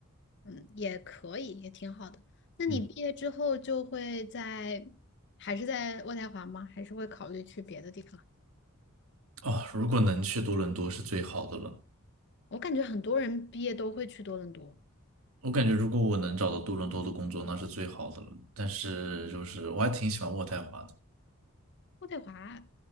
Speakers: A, on the left (about 55°); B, on the right (about 75°).
A: 嗯，也可以，也挺好的。那你毕业之后就会在，
B: 嗯，
A: 还是在渥太华吗？还是会考虑去别的地方？
B: 哦，如果能去多伦多是最好的了。
A: 我感觉很多人毕业都会去多伦多，
B: 我感觉如果我能找到多伦多的工作，那是最好的了。但是就是我还挺喜欢渥太华的，
A: 渥太华